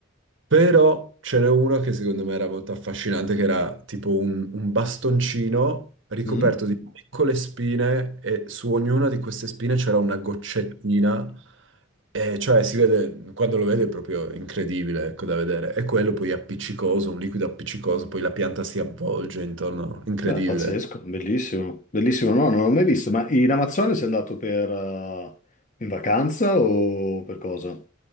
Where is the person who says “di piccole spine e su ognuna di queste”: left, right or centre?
Right